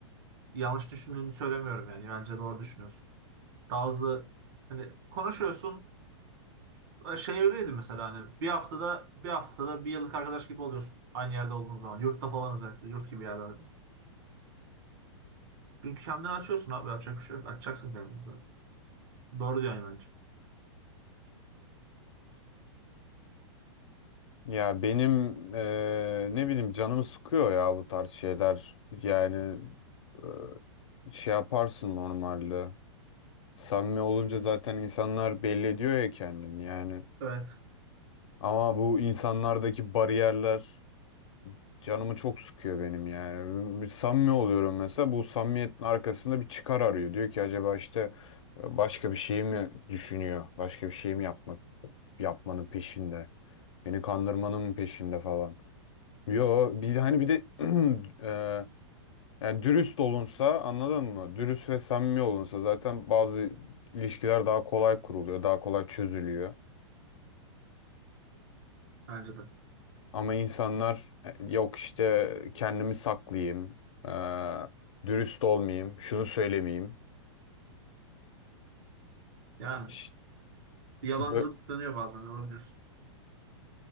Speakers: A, on the right (about 50°); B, on the left (about 80°).
A: Yanlış düşündüğünü söylemiyorum yani. Bence doğru düşünüyorsun. Daha hızlı hani konuşuyorsun. E, Şey öyleydi mesela hani bir haftada bir haftada bir yıllık arkadaş gibi oluyorsun. Aynı yerde olduğun zaman. Yurtta falan özellikle. Yurt gibi yerlerde. Çünkü kendini açıyorsun abi. Yapacak bir şey yok. Açacaksın kendini zaten. Doğru diyorsun bence.
B: Ya benim eee, ne bileyim canımı sıkıyor ya bu tarz şeyler. Yani eee, şey yaparsın normalde. Samimi olunca zaten insanlar belli ediyor ya kendini yani.
A: Evet.
B: Ama bu insanlardaki bariyerler canımı çok sıkıyor benim yani. Bir samimi oluyorum mesela bu samimiyetin arkasında bir çıkar arıyor. Diyor ki acaba işte e, başka bir şey mi düşünüyor? Başka bir şey mi yapmak yapmanın peşinde? Beni kandırmanın mı peşinde falan. Yo bir hani bir de <clears throat> eee, yani dürüst olunsa anladın mı? Dürüst ve samimi olunsa zaten bazı ilişkiler daha kolay kuruluyor, daha kolay çözülüyor.
A: Bence de.
B: Ama insanlar e, yok işte kendimi saklayayım, e, dürüst olmayayım, şunu söylemeyeyim.
A: Yani
B: Ş-
A: bir yalancılık
B: bö-
A: dönüyor bazen. Doğru diyorsun.